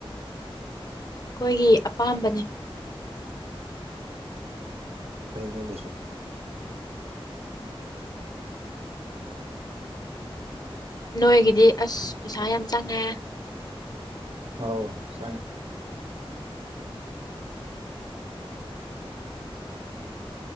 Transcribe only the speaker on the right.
ꯑꯅꯦꯗꯨꯁꯨ
ꯑꯥꯎ ꯁꯥꯏꯅꯤ